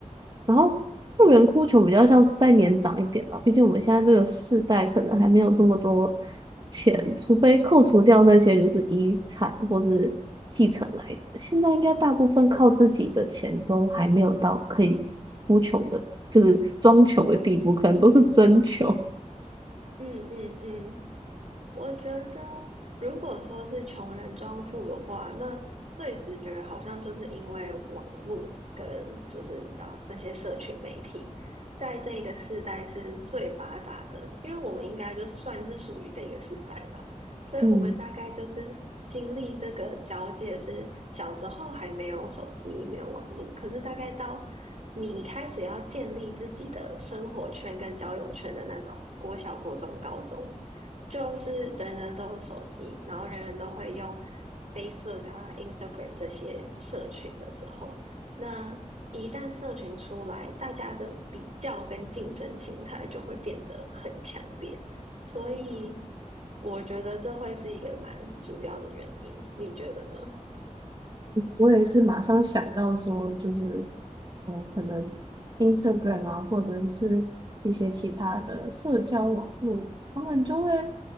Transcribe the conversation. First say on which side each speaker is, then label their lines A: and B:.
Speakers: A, on the right; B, on the right.
A: 然后富人哭穷比较像是再年长一点吧，毕竟我们现在这个世代可能还没有这么多钱，除非扣除掉那些就是遗产或是继承来的。现在应该大部分靠自己的钱都还没有到可以哭穷的，
B: 嗯
A: 就是装穷的地步，可能都是真穷。
B: 嗯嗯嗯，我觉得，如果说是穷人装富的话，那最直觉好像就是因为网络跟就是你知道这些社群媒体，在这个世代是最发达的，因为我们应该就算是属于这个世代吧，所以我们大概就是经历这个交界是小时候还没有手机，
A: 嗯，
B: 没有网络，可是大概到你开始要建立自己的生活圈跟交友圈的那种国小、国中、高中。就是人人都有手机，然后人人都会用 Facebook 啊、Instagram 这些社群的时候，那一旦社群出来，大家的比较跟竞争心态就会变得很强烈，所以我觉得这会是一个蛮主要的原因，你觉得呢？
A: 我也是马上想到说，就是嗯，可能 Instagram 啊，或者是一些其他的社交网络，他们就会